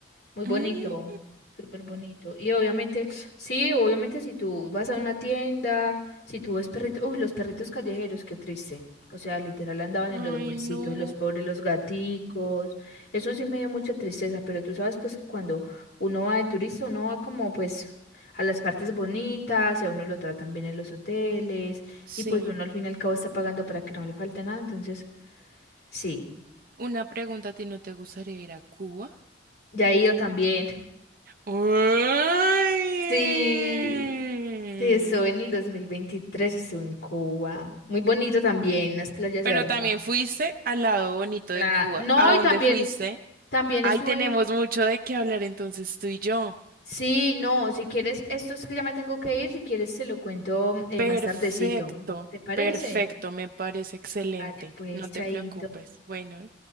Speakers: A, on the left; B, on the right.
A: Muy bonito,
B: Mm,
A: súper bonito. Y obviamente, sí, obviamente si tú vas a una tienda, si tú ves perritos, uy, los perritos callejeros, qué triste. O sea, literal andaban en
B: Ay,
A: los huesitos,
B: no.
A: los pobres, los gaticos. Eso sí me dio mucha tristeza, pero tú sabes pues que cuando uno va de turista, uno va como pues a las partes bonitas y a uno lo tratan bien en los hoteles
B: Sí,
A: y pues uno al fin y al cabo está pagando para que no le falte nada. Entonces, sí,
B: una pregunta a ti, ¿no te gustaría ir a Cuba?
A: ya he ido también.
B: Ay.
A: <laughs> Sí. Sí, estuve en el 2023, estuve en Cuba. Muy bonito también, las playas
B: Pero
A: hermosas.
B: también fuiste al lado bonito
A: La-
B: de Cuba.
A: No,
B: ¿A dónde
A: y también,
B: fuiste?
A: también
B: Ahí
A: estuve
B: tenemos
A: en...
B: mucho de qué hablar entonces tú y yo.
A: Sí, no, si quieres, esto es que ya me tengo que ir, si quieres se lo cuento eh,
B: Perfecto,
A: más tardecito. ¿Te parece?
B: perfecto, me parece excelente.
A: Dale, pues,
B: No
A: chaito.
B: te preocupes. Bueno.